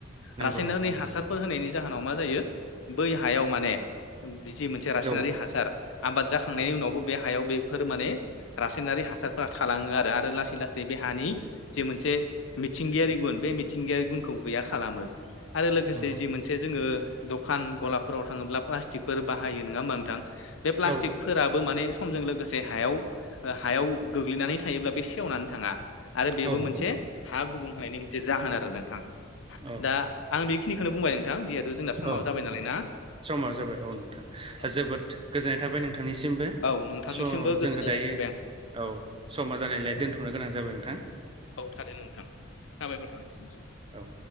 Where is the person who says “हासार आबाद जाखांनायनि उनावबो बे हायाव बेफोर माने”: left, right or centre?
Left